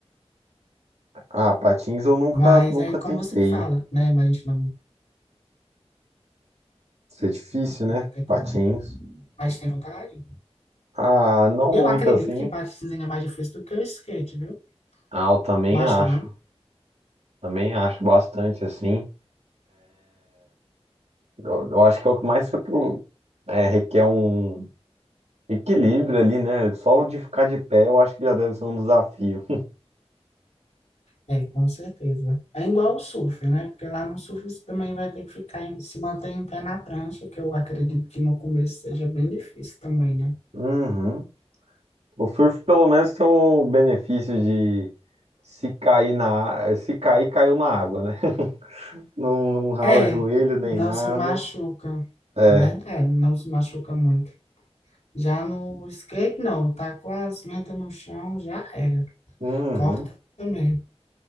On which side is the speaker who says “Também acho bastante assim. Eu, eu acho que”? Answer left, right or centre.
Right